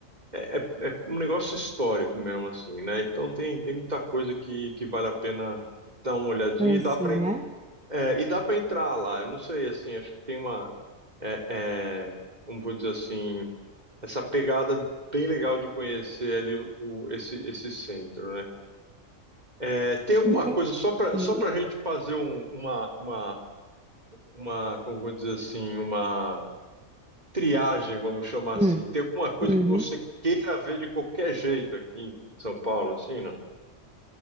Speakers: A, on the right; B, in the centre.
A: é, é- é um negócio histórico mesmo, assim, né? Então tem, tem muita coisa que, que vale a pena dar uma olhadinha
B: Conhecer,
A: e dá para
B: né?
A: é, e dá para entrar lá. Eu não sei, assim, acho que tem uma, é, é, como vou dizer assim, essa pegada bem legal de conhecer ali o, o- esse, esse centro, né? É, tem alguma
B: Entendi.
A: coisa só para
B: E-
A: só para gente fazer um- uma, uma, uma, como vou dizer assim, uma triagem, vamos chamar assim?
B: Hum.
A: Tem alguma coisa
B: Uhum.
A: que você queira ver de qualquer jeito aqui em São Paulo, assim, não?